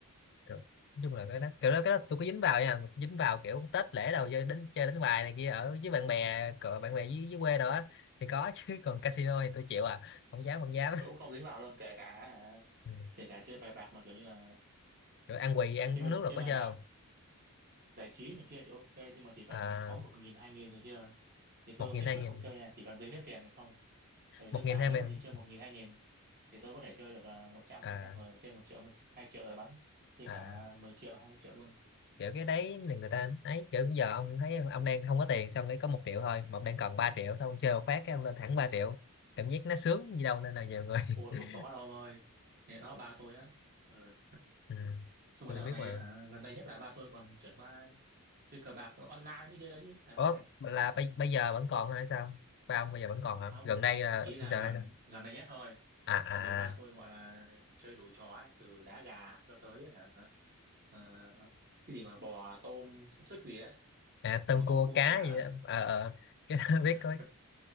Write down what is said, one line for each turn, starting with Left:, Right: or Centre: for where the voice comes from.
Left: kiểu, nói chung là cái đó kiểu đó cái đó tôi có dính vào nha mà dính vào kiểu Tết lễ đầu chơi đến chơi đánh bài này kia ở với bạn bè cỡ bạn bè dưới, dưới quê đó á, thì có <laughs> chứ còn casino thì tôi chịu à không dám không dám
Right: tôi cũng không dính vào luôn kể cả
Left: ừ.
Right: kể cả chơi bài bạc mà kiểu như là
Left: kiểu ăn quỳ ăn
Right: chơi
Left: uống
Right: bài,
Left: nước là
Right: chơi
Left: có
Right: bài
Left: chơi
Right: bạc
Left: không
Right: giải trí này kia thì ok nhưng mà chỉ cần
Left: à
Right: có một nghìn hai nghìn này kia thì tôi
Left: một nghìn
Right: nhất
Left: hai
Right: quyết
Left: nghìn
Right: không chơi nha chỉ cần dính nước tiền này không tại vì
Left: một
Right: tôi sợ
Left: nghìn hai
Right: nếu
Left: nghìn
Right: mà như chơi một nghìn hai nghìn thì tôi có thể chơi được ờ, một trăm
Left: à
Right: hai trăm rồi chơi một triệu một hai triệu rồi bắn chơi
Left: à
Right: cả mười triệu hai mươi triệu luôn
Left: kiểu cái đấy là người ta ấy kiểu bây giờ ông thấy ông đang không có tiền xong đấy có một triệu thôi mà ông đang cần ba triệu thôi ông chơi một phát cái ông lên thẳng ba triệu cảm giác nó sướng gì đâu nên là nhiều người
Right: ôi
Left: <laughs>
Right: không có đâu ông ơi này đó ba tôi á Ờ,
Left: ừ.
Right: xong
Left: tôi
Right: rồi dạo
Left: biết
Right: này
Left: mà
Right: á hả gần đây nhất là ba tôi còn chuyển qua chơi cờ bạc online như kia chứ hả
Left: ủa
Right: ơi
Left: là bây, bây giờ vẫn còn hay sao ba ông bây giờ vẫn còn hả
Right: không
Left: gần đây là
Right: ý là
Left: bây giờ
Right: gần
Left: hay sao
Right: gần đây nhất thôi
Left: à à
Right: tại vì ba
Left: à,
Right: tôi gọi là chơi đủ trò ấy, từ đá gà cho tới hả ờ, cái gì mà bò tôm xúc xích gì ấy
Left: à tôm
Right: bò tôm
Left: cua
Right: cua
Left: cá
Right: cá
Left: gì
Right: ở
Left: đó Ờ, ờ. <laughs> cái đó
Right: ờ.
Left: biết có